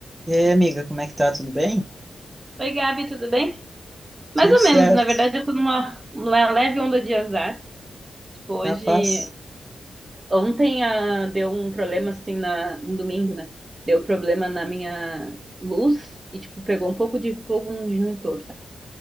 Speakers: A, on the right; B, on the right.
A: E aí, amiga, como é que tá? Tudo bem?
B: Oi, Gabi, tudo bem? Mais
A: Tudo
B: ou
A: certo.
B: menos, na verdade, eu tô numa, numa leve onda de azar. Tipo, hoje,
A: Capaz?
B: ontem ah, deu um problema assim na, no domingo, né? Deu problema na minha luz e, tipo, pegou um pouco de fogo no disjuntor, sabe?